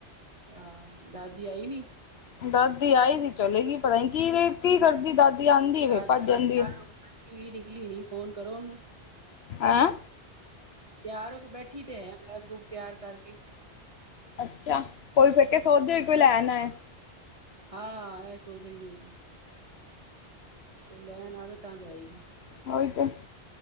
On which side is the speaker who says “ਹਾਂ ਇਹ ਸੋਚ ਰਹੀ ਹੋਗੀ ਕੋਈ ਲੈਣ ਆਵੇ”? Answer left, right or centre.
Right